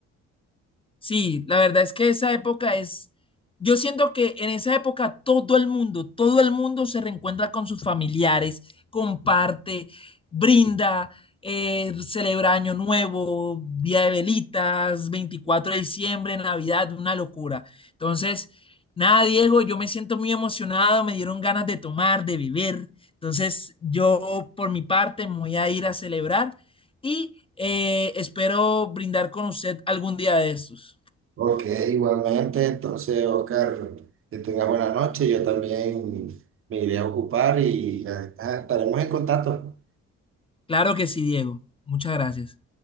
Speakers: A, on the left (about 20°); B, on the right (about 45°).
A: Sí, la verdad es que esa época es, yo siento que en esa época todo el mundo, todo el mundo se reencuentra con sus familiares, comparte, brinda, eh, celebra Año Nuevo, Día de Velitas, 24 de diciembre, Navidad, una locura. Entonces, nada, Diego, yo me siento muy emocionado, me dieron ganas de tomar, de beber. Entonces, yo por mi parte me voy a ir a celebrar. y eh, espero brindar con usted algún día de estos.
B: Ok, igualmente, entonces, Oscar, que tengas buena noche. Yo también me iré a ocupar y ah, estaremos en contacto.
A: Claro que sí, Diego. Muchas gracias.